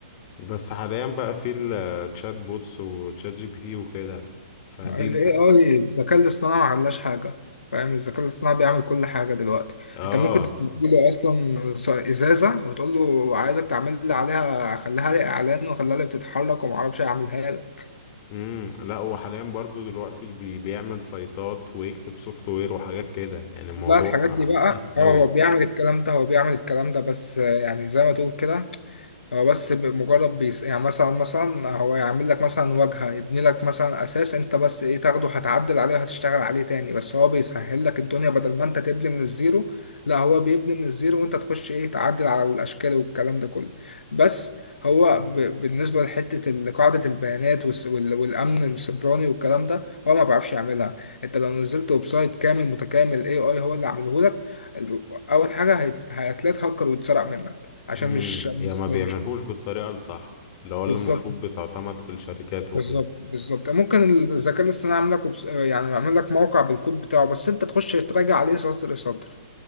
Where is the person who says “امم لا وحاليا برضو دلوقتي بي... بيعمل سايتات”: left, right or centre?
Left